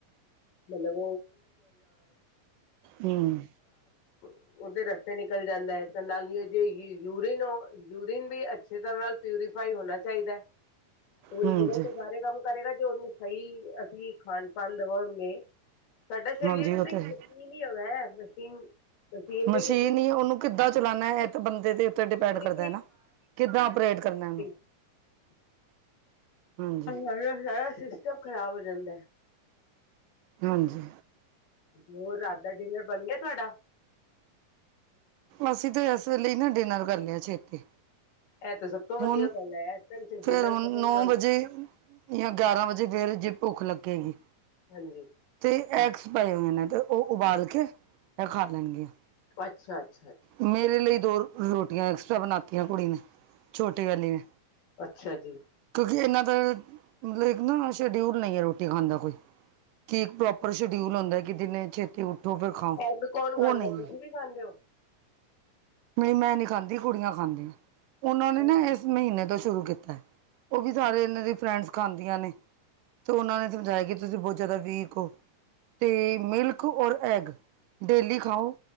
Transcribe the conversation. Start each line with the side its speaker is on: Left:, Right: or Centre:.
Left: ਮਤਲਬ
Right: ਹਮ
Left: <unintelligible> ਉਹਦੇ ਰਸਤੇ ਨਿਕਲ ਜਾਂਦਾ ਹੈ ਤੇ ਨਾਲ ਜੇ ਯੂਰੀਿਨ ਯੂਰੀਨ ਵੀ ਅੱਛੇ ਤਰ੍ਹਾਂ ਨਾਲ ਪਿਊਰੀਫਾਈ ਹੋਣਾ ਚਾਹੀਦਾ ਹੈ ਉਹ
Right: ਹਮ
Left: ਲੀਵਰ
Right: ਜੀ
Left: ਤੋਂ ਸਾਰੇ ਕੰਮ ਕਰੇਗਾ ਜੇ ਉਹਨੂੰ ਸਹੀ ਅਸੀਂ ਖਾਣ ਪਾਨ ਦਵਾਂਗੇ ਸਾਡਾ ਸਰੀਰ
Right: ਹਾਂਜੀ
Left: ਵੀ
Right: ਉਹ ਤੇ ਹੈ
Left: ਮਸ਼ੀਨ ਹੀ ਹਵੇ ਮਸ਼ੀਨ
Right: ਮਸ਼ੀਨ
Left: ਦੇ ਕਿਸੇ ਵੀ
Right: ਉਹਨੂੰ ਕਿੱਦਾਂ ਚਲਾਂਣਾ ਇਹ ਬੰਦੇ ਦੇ ਉੱਤੇ ਡਿਪੈਂਡ
Left: ਕਿਸੀ
Right: ਕਰਦਾ ਹੈ ਨਾ। ਕਿੱਦਾਂ ਅਪਰੇਟ ਕਰਨਾ ਉਹਨੂੰ
Left: ਹਾਂ
Right: ਹਾਂਜੀ
Left: <unintelligible> ਸਾਰਾ ਸਿਸਟਮ ਖ਼ਰਾਬ ਹੋ ਜਾਂਦਾ।
Right: ਹਾਂਜੀ
Left: ਹੋਰ ਰਾਤ ਦਾ ਡਿਨਰ ਬਣ ਗਿਆ ਤੁਹਾਡਾ
Right: ਅਸੀਂ ਤਾਂ ਇਸ ਲਈ ਨਾ ਡਿਨਰ ਕਰਨੇ ਆਂ ਛੇਤੀ
Left: ਇਹ ਤਾਂ ਸਭ ਤੋਂ ਵਧੀਆ
Right: ਹੁਣ
Left: ਗੱਲ ਹੈ ਇਸ ਟਾਇਮ ਡਿਨਰ
Right: ਫੇਰ ਹੁਣ
Left: ਕਰਨ
Right: ਨੌ
Left: ਵਾਲੀ
Right: ਵਜੇ ਗਿਆਰਾਂ ਵਜੇ ਫੇਰ ਜੇ ਭੁੱਖ ਲੱਗੇਗੀ।
Left: ਹਾਂਜੀ
Right: ਤੇ ਐਗਸ ਪਏ ਹੋਏ ਨੇ ਤੇ ਉਹ ਉਬਾਲ ਕੇ ਇਹ ਖਾ ਲੈਣਗੇ।
Left: ਅੱਛਾ -ਅੱਛਾ।
Right: ਮੇਰੇ ਲਈ ਦੋ ਰੋਟੀਆਂ, ਐਕਸਟਰਾ ਬਣਾਤੀਆਂ ਕੁੜੀ ਨੇ, ਛੋਟੀ ਵਾਲੀ ਨੇ।
Left: ਅੱਛਾ ਜੀ।
Right: ਕਿਉਂਕਿ ਇੰਨਾਂ ਦਾ ਮਤਲਬ ਇੱਕ ਨਾ ਸ਼ਡਿਊਲ ਨਹੀਂ ਹੈ ਰੋਟੀ ਖਾਣ ਦਾ ਕੋਈ ਕਿ ਇੱਕ ਪ੍ਰੋਪਰ ਸ਼ਡਿਊਲ ਹੁੰਦਾ ਹੈ ਕਿ ਦਿਨੇ ਛੇਤੀ ਉਠੋ ਫਿਰ ਖਾਓ
Left: ਐਗ ਕੌਣ
Right: ਉਹ
Left: ਖਾਂਦਾ
Right: ਨਹੀਂ
Left: ਤੁਸੀਂ ਵੀ ਖਾਂਦੇ ਹੋ।
Right: ਨਹੀਂ ਮੈਂ ਨੀ ਖਾਂਦੀ ਕੁੜੀਆਂ ਖਾਂਦੀਆਂ ਉਹਨਾਂ
Left: ਹੋ
Right: ਨੇ ਨਾ ਇਸ ਮਹੀਨੇ ਤੋਂ ਸ਼ੁਰੂ ਕੀਤਾ ਉਹ ਵੀ ਸਾਰੇ ਇਹਨਾਂ ਦੀ ਫਰੈਂਡਸ ਖਾਂਦੀਆਂ ਨੇ। ਤੇ ਉਹਨਾਂ ਨੇ ਸਮਝਾਇਆ ਕਿ ਤੁਸੀਂ ਬਹੁਤ ਜ਼ਿਆਦਾ ਵੀਕ ਹੋ। ਅਤੇ ਮਿਲਕ ਔਰ ਐਗ ਡੇਲੀ ਖਾਓ